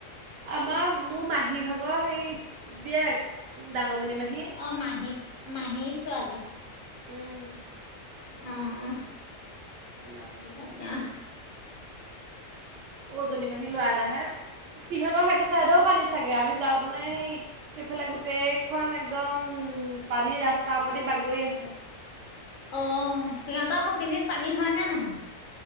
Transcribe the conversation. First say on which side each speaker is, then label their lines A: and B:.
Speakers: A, on the right; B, on the left.
A: আমাৰ মোৰ মাহী ভাগৰ সেই জিয়েক ডাঙৰজনী মাহী।
B: অ' মাহী মাহী ছোৱালী?
A: উম,।
B: অ',
A: ডাঙৰ জনি
B: তাকে
A: মাহী ছোৱালী। সৰুজনী মাহী লৰা এটাহে সিহঁতৰ সেইটো চাইদেও পানী চাগে আমি যাওঁতো নে সি সেইফালে গোটেইখন একদম উম পানীৰ ৰাস্তাৰ ওপৰেদি বাগৰি আছে।
B: অ' সিহঁতৰ সেইখিনিত পানী হয় নে নহয়?